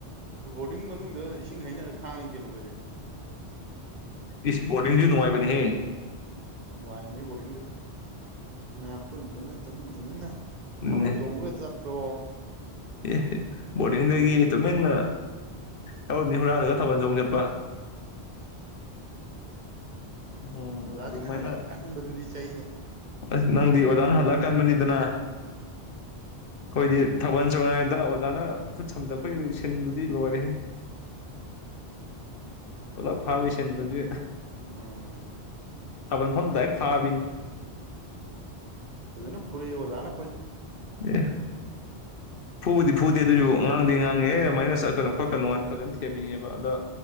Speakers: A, on the right (about 45°); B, on the left (about 60°).
A: ꯕꯣꯔꯗꯤꯡ ꯃꯅꯨꯡꯗ ꯏꯁꯤꯡ ꯍꯩꯅꯔ ꯈꯥꯡꯉꯤ ꯀꯦꯅꯣꯈꯣꯏꯁꯦ
B: ꯏꯁ ꯕꯣꯔꯗꯤꯡꯁꯨ ꯅꯨꯡꯉꯥꯏꯕꯅꯦꯍꯦ
A: ꯑ ꯅꯨꯡꯉꯥꯏꯕꯅꯦ ꯕꯣꯔꯗꯤꯡꯁꯨ ꯃꯌꯥꯝ ꯄꯨꯟꯅ ꯄꯨꯟꯅ ꯇꯧꯃꯤꯟ ꯇꯧꯃꯤꯟꯅ
B: ꯑꯗꯨꯅꯦ
A: ꯊꯥꯎꯕꯜ ꯆꯣꯡꯃꯨꯒꯦ ꯆ ꯇꯣ
B: ꯑꯦ ꯕꯣꯔꯗꯤꯡꯗꯒꯤ ꯇꯨꯃꯤꯟꯅ ꯇꯧꯔꯝꯅꯤ ꯍꯨꯔꯥꯟꯜꯂꯒ ꯊꯥꯕꯜ ꯆꯣꯡ ꯆꯠꯄ ꯎꯝ
A: ꯑꯣꯖꯥꯁꯤꯡꯅ
B: ꯑꯗꯨꯃꯥꯏꯅ
A: ꯍꯜꯂꯛꯑ ꯀꯟꯕꯗꯨꯗꯤ ꯆꯩꯅ
B: ꯑꯁ ꯅꯪꯗꯤ ꯑꯣꯖꯥꯅ ꯍꯜꯂ ꯀꯟꯕꯅꯤꯗꯅ
A: ꯎꯝ
B: ꯑꯩꯈꯣꯏꯗꯤ ꯊꯥꯕꯜ ꯆꯣꯉꯤꯉꯩꯗ ꯑꯣꯖꯥꯅ ꯈꯨꯠ ꯁꯝꯖꯤꯜꯂꯛꯄꯒꯤ ꯁꯤꯟꯗꯨꯗꯤ ꯂꯣꯏꯔꯦꯍꯦ ꯄꯨꯂꯞ ꯐꯥꯕꯩ ꯁꯤꯟꯗꯨꯗꯤ
A: ꯎꯝ
B: ꯊꯥꯕꯟ ꯃꯐꯝ ꯗꯥꯏꯔꯦꯛ ꯐꯥꯕꯤꯅꯤ
A: ꯐꯖꯅ ꯐꯨꯔꯛꯏ ꯑꯣꯖꯥꯅꯥ ꯈꯣꯏꯁꯨ
B: ꯑꯦ ꯐꯨꯕꯨꯗꯤ ꯐꯨꯗꯦ ꯑꯗꯨꯁꯨ ꯉꯥꯡꯗꯤ ꯉꯥꯡꯉꯦ ꯑꯗꯨꯃꯥꯏꯅ ꯆꯠꯀꯅꯨ ꯈꯣꯠꯀꯅꯣꯅ ꯐꯖꯅ ꯊꯦꯝꯃꯦꯕ ꯑꯗ